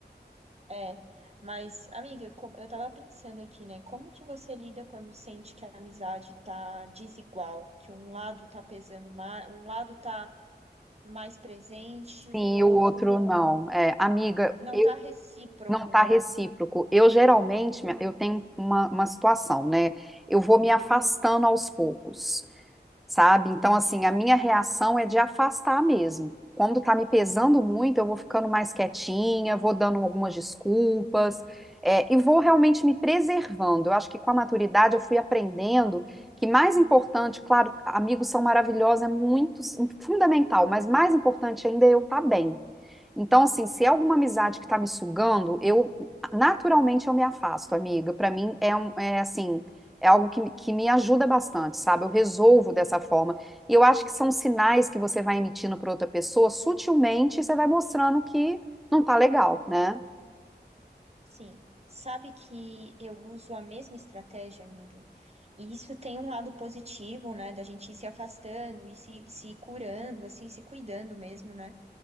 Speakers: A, on the right; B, in the centre.
A: É, mas, amiga, co- eu tava pensando aqui, né? Como que você lida quando sente que a amizade tá desigual, que um lado tá pesando mais, um lado tá mais presente,
B: Sim,
A: o outro
B: e o outro
A: não
B: não. É, amiga,
A: não
B: eu
A: tá recíproco,
B: não tá
A: né?
B: recíproco. Eu geralmente, minha- eu tenho uma, uma situação, né? Eu vou me afastando aos poucos. sabe? Então, assim, a minha reação é de afastar mesmo. Quando tá me pesando muito, eu vou ficando mais quietinha, vou dando algumas desculpas, é, e vou realmente me preservando. Eu acho que com a maturidade eu fui aprendendo que mais importante, claro, amigos são maravilhosos, é muito s- fundamental, mas mais importante ainda é eu estar bem. Então, assim, se é alguma amizade que tá me sugando, eu naturalmente eu me afasto, amiga. Pra mim é um, é assim, é algo que, que me ajuda bastante, sabe? Eu resolvo dessa forma. E eu acho que são sinais que você vai emitindo pra outra pessoa, sutilmente você vai mostrando que não tá legal, né?
A: Sim. Sabe que eu uso a mesma estratégia, amiga? E isso tem um lado positivo, né? Da gente ir se afastando e se, se curando, assim, se cuidando mesmo, né?